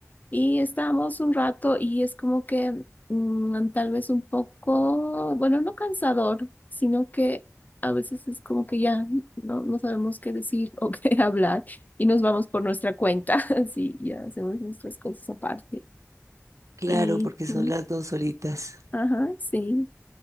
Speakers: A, on the left; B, on the right.
A: y estábamos un rato y es como que mm, tal vez un poco, bueno, no cansador, sino que a veces es como que ya no, no sabemos qué decir o <laughs> qué hablar y nos vamos por nuestra cuenta, <laughs> así ya hacemos nuestras cosas aparte.
B: claro,
A: Y,
B: porque
A: mm,
B: son las dos solitas.
A: ajá, sí.